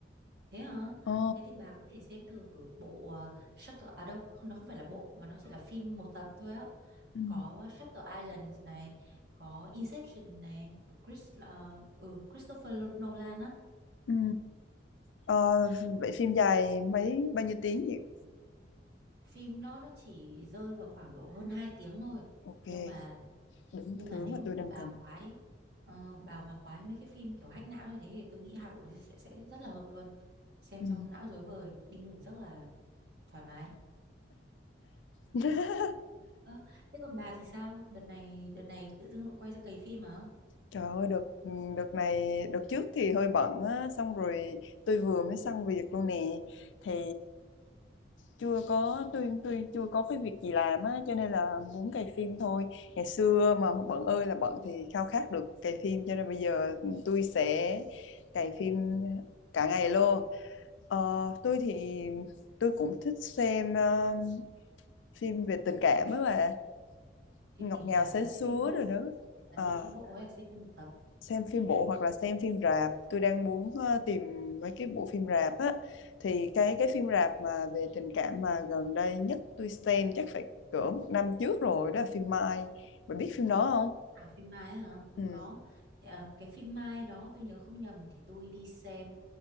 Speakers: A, on the right; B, on the left.
A: thế hả
B: Ờ,
A: thế thì bà có thể xem thử bộ ờ, Shutter à đâu không, nó không phải là bộ mà nó chỉ là phim một tập thôi á
B: Ừ.
A: có Shutter Island này có Inception này của Chris ờ, ừ, Christopher Nolan á
B: Ừ. ờ, vậy phim dài mấy bao nhiêu tiếng vậy?
A: phim đó nó chỉ rơi vào khoảng độ hơn 2 tiếng thôi
B: Ok,
A: nhưng mà
B: đúng
A: nhưng
B: thứ
A: mà nếu
B: mà
A: như
B: tôi
A: mà
B: đang
A: bà
B: cần.
A: khoái ờ, bà mà khoái mấy cái phim kiểu hack não như thế thì tôi nghĩ hai bộ đấy sẽ sẽ rất là hợp luôn xem
B: Ừ.
A: xong não rối bời đi ngủ rất là thoải mái
B: <laughs>
A: Ơ, thế còn bà thì sao đợt này đợt này tự dưng quay ra cày phim à
B: Trời ơi, đợt, ừ, đợt này, đợt trước thì hơi bận á, xong rồi tôi vừa mới xong việc luôn nè, thì chưa có, tôi, tôi chưa có cái việc gì làm á, cho nên là muốn cày phim thôi. Ngày xưa mà bận ơi là bận thì khao khát được cày phim, cho nên bây giờ tôi sẽ cày phim cả ngày luôn. Ờ, tôi thì, tôi cũng thích xem ờ, phim về tình cảm á mà
A: phim
B: ngọt
A: tình
B: ngào
A: cảm
B: sến
A: bà xem
B: súa
A: phim bộ
B: rồi đó. Ờ
A: bà xem phim bộ hay là xem phim một tập
B: xem phim bộ hoặc là xem phim rạp tôi đang muốn ờ, tìm mấy cái bộ phim rạp á thì cái cái phim rạp mà về tình cảm mà gần đây nhất tôi xem chắc phải cỡ một năm trước rồi đó là phim Mai bạn biết phim đó không
A: À phim Mai ấy hả? Tôi
B: ừ.
A: có. Thì, à, cái phim Mai đó tôi nhớ không nhầm thì tôi đi xem